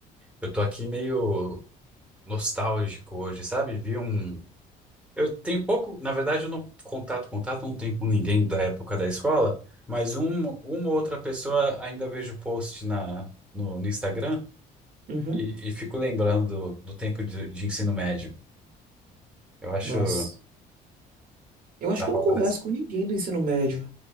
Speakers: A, in the centre; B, on the right.
A: eu tô aqui meio nostálgico hoje, sabe? Vi um. Eu tenho pouco, na verdade, eu não contato, contato não tenho com ninguém da época da escola, mas um, uma ou outra pessoa ainda vejo post na, no, no Instagram
B: Uhum.
A: e, e fico lembrando do, do tempo de, de ensino médio. Eu acho
B: Nossa. Eu acho
A: da
B: que eu
A: hora
B: não converso
A: essa
B: com ninguém do ensino médio.